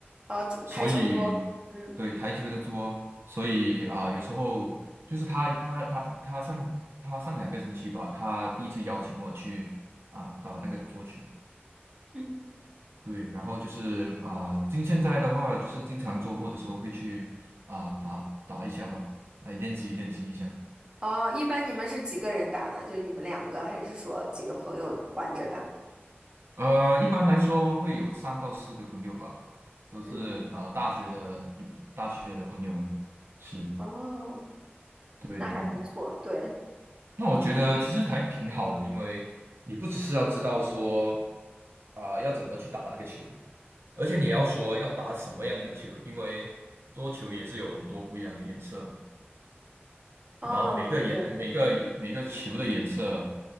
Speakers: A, on the right; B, on the right.
A: 哦，桌台球桌，
B: 所以
A: 嗯，
B: 对台球的桌，所以啊、有时候就是他他他他上他上两个星期吧，他第一次邀请我去啊、打那个桌球，
A: 嗯，
B: 对，然后就是啊、今现在的话，就是经常周末的时候会去啊、打打一下吧，来练习练习一下。
A: 哦，一般你们是几个人打呢？就你们两个，还是说几个朋友换着打？
B: 呃，一般来说会有三到四个朋友吧，都是啊、
A: 嗯，
B: 大学的大学的朋友们，是
A: 哦，
B: 对对对。
A: 那还不错，对，
B: 那我觉得其实还挺好的，因为你不只是要知道说啊、要怎么去打那个球，而且你也要说要打什么样的球，因为桌球也是有很多不一样的颜色嘛。
A: 哦，
B: 然后每个颜每个每个球的颜色
A: 对对，